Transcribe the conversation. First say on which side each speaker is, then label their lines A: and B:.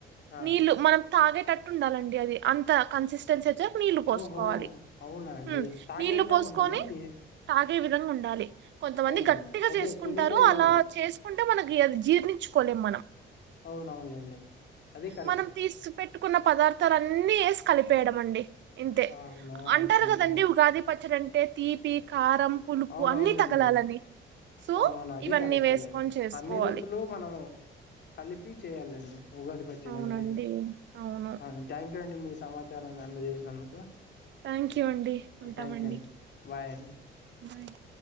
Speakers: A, on the left (about 60°); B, on the right (about 65°).
A: ఆ
B: నీళ్లు మనం తాగేటట్టు ఉండాలండి అది అంత కన్సిస్ టెన్సీ నీళ్లు పోసుకోవాలి
A: ఓహో అవునా అండి
B: మ్మ్
A: తాగే
B: నీళ్లు
A: విధంగా
B: పోసుకొని
A: ఉండాలా ఇది
B: తాగే విధంగా ఉండాలి కొంతమంది
A: అవునులేండి
B: గట్టిగా
A: అయితే
B: చేసుకుంటారు
A: ఎక్కువ నీళ్ళే ఎయ్యాల
B: అలా చేసు కుంటే మనకి అది జీర్ణించుకోలేం మనం
A: అవునవునులేండి అది కరెక్ట్
B: మనం తీసు పెట్టుకున్న పదార్థాలు అన్ న్ని వేసి కలిపేయడం అండి ఇంతే
A: అవునా
B: అంటారు
A: అంతేనా
B: కదండి ఉగాది పచ్చడి అంటే తీపి కారం పులుపు
A: అవునవునులేండి
B: అన్ని తగలాలని సో
A: అవునవును అది
B: ఇవన్నీ
A: కరెక్టలే
B: వేసుకొని చేసుకోవాలి
A: అన్ని రుచులు మనము కలిపి చేయాలెండి ఉగాది పచ్చడి
B: అవునండి
A: అంటే
B: అవును
A: ఆ థ్యాంక్ యూ అండి మీ సమాచారాన్ని అందజేసినందుకు
B: థ్యాంక్ యూ అండి ఉంటామండి
A: థ్యాంక్ యూ అండి బాయ్ అండి
B: బాయ్ అన్